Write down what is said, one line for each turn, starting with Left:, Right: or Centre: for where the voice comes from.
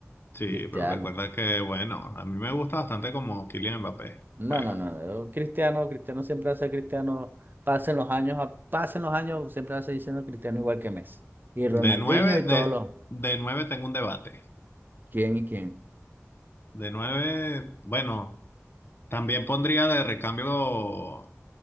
Left: Sí,
Right: Cristiano.
Left: pero recuerda que, bueno, a mí me gusta bastante como Kylian Mbappé
Right: No,
Left: juega.
Right: no, no. yo Cristiano, Cristiano siempre hace Cristiano. Pasen los años, a- pasen los años, siempre hace diciendo Cristiano igual que Messi. Y Ronaldinho
Left: De nueve,
Right: y
Left: de,
Right: todos los.
Left: de nueve tengo un debate.
Right: ¿Quién y quién?
Left: De nueve, bueno, también pondría de recambio